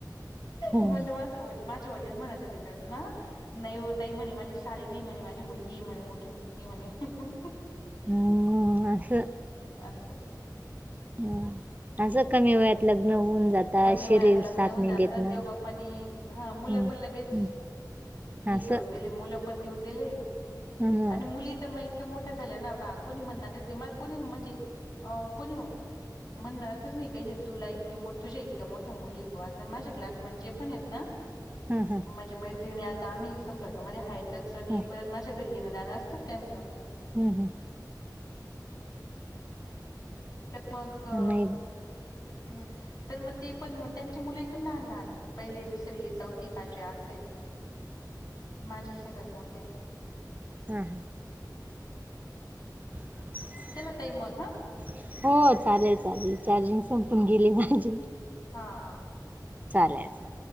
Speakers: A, on the right (about 20°); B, on the left (about 60°).
A: हं.
B: म्हणजे माझ वडील माझे वडील म्हणत होते, त्यांना नाही ओ ताई म्हणे माझी साली नाहीये म्हणे, माझी मुलगी हे म्हणे, मोठी मुलगी हे म्हणे.
A: ह्ह्ह असं.
B: असं.
A: हं असं कमी वयात लग्न होऊन जातात,
B: कमी वयात
A: शरीर
B: लग्न
A: साथ
B: होऊन
A: नाही
B: जात
A: देत
B: आणि
A: ना.
B: देवबाप्पानी हा मुलं
A: हम्
B: पण लगेच
A: हं.
B: हे
A: असं
B: करून दिले, मुलं पण देऊन दिले
A: हं हं.
B: आणि मुली तर माहि इतक्या मोठ्या झाल्या ना बा, कोणी म्हणणारच नई मला कोणी म्हणजे अं कोण म्हणणारतच नाही कि हे तुला इतके मो तुझ्या इतक्या मोठ्या मुलीय बां असं, माझ्या क्लास म्हणजे पण हेत ना,
A: हं
B: माझ्या
A: हं.
B: मैत्रिणीं आता आम्ही संपर्कामध्ये आहेत तेचं आणि
A: हं.
B: परत माझ्या घरी येणं- जाणं असतंच त्यांचं.
A: ह्म हं.
B: मग <unintelligible>
A: नाही
B: ह्म. तर मग ते पण म त्यांची मुलं एकदम लहान-लहान आहेत. पहिली, दुसरी, चौथी, पाचवी असं हेत. <inaudible>
A: हा हा.
B: माझ्या सर्वात मोठेत.
A: हं हं. <inaudible>
B: असं आहे. चला ताई मग हा
A: हो, चालेल- चालेल चार्जिंग संपून गेली माझी.
B: हां.
A: चालेल- चालेल.